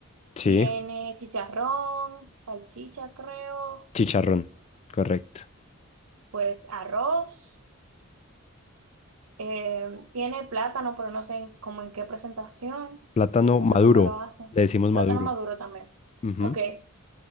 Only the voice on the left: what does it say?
Sí,
chicharrón, correcto.
Plátano
maduro,
le decimos maduro.
Ujú.